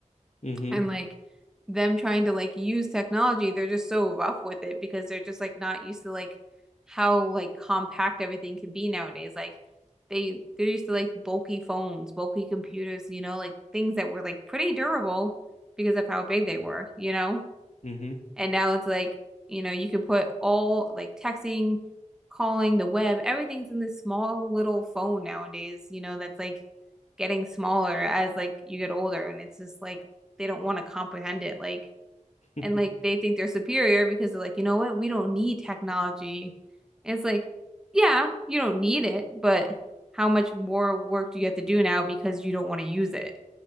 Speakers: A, on the left; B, in the centre.
A: mm-hmm
B: and like them trying to like use technology, they're just so rough with it because they're just like not used to like how like compact everything can be nowadays. Like they they're used to like bulky phones, bulky computers, you know, like things that were like pretty durable because of how big they were, you know?
A: mm-hmm.
B: And now it's like, you know, you can put all like texting, calling, the web, everything's in this small little phone nowadays, you know, that's like getting smaller as like you get older. And it's just like they don't want to comprehend it. Like,
A: <laughs>
B: and like they think they're superior because they're like, you know what? We don't need technology. And it's like, yeah, you don't need it, but how much more work do you have to do now because you don't want to use it,